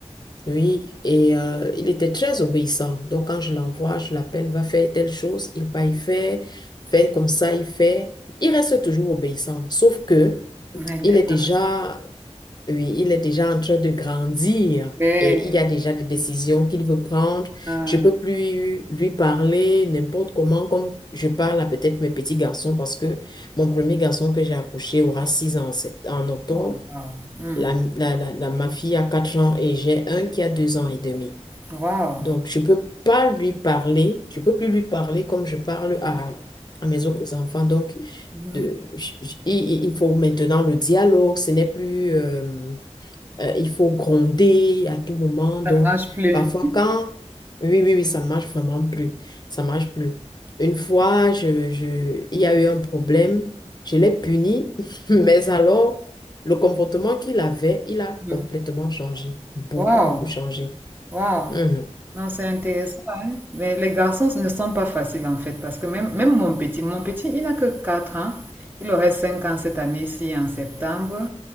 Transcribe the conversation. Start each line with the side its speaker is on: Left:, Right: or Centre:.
Left: oui, et euh, il était très obéissant. Donc, quand je l'envoie, je l'appelle, va faire telle chose, il va y faire, fait comme ça, il fait. Il reste toujours obéissant, sauf que
Right: Maintenant,
Left: il est déjà, oui, il est déjà en train de grandir
Right: ouais.
Left: et il y a déjà des décisions qu'il veut prendre.
Right: Euh,
Left: Je peux plus lui parler n'importe comment, comme je parle à peut-être mes petits garçons, parce que mon premier garçon que j'ai accouché aura six ans en sept- en octobre.
Right: oh, wow. Mm.
Left: La, la, la, la- ma fille a quatre ans et j'ai un qui a deux ans et demi.
Right: Wow.
Left: Donc, je ne peux pas lui parler, je ne peux plus lui parler comme je parle à, à mes autres enfants. Donc,
Right: Mhm.
Left: de, j- j- il, il- faut maintenant le dialogue, ce n'est plus, euh, euh, il faut gronder à tout moment.
Right: Ça
Left: Donc,
Right: ne marche plus.
Left: parfois, quand, oui, oui, oui, ça ne marche vraiment plus, ça ne marche plus. Une fois, je, je, il y a eu un problème, je l'ai puni, <laughs> mais alors, le comportement qu'il avait, il a
Right: Mm.
Left: complètement changé, beaucoup,
Right: Wow.
Left: beaucoup changé.
Right: Wow.
Left: Mhm,
Right: Non, c'est intéressant, hein. Mais les garçons ne sont pas faciles en fait, parce que même, même mon petit, mon petit, il n'a que 4 ans. Il aurait 5 ans cette année-ci en septembre.